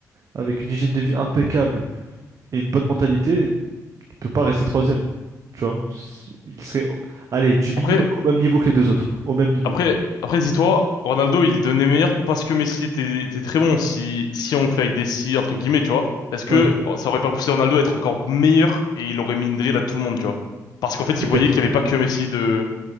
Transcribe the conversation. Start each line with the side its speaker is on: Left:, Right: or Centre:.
Right: avec une hygiène de vie impeccable et une bonne mentalité, il peut pas rester troisième. Tu vois? C'est- Il serait, allez, du minimum
Left: Après,
Right: au même niveau que les deux autres. Au même niveau.
Left: Après, après dis-toi, Ronaldo, il devenait meilleur parce que Messi était, était très bon. Si, si on fait avec des si, entre guillemets, tu vois, est-ce que
Right: Ouais,
Left: oh, ça aurait pas poussé Ronaldo à être encore meilleur et il aurait mis une drill à tout le monde, tu vois? Parce qu'en fait,
Right: peut-être.
Left: il voyait qu'il n'y avait pas que Messi de...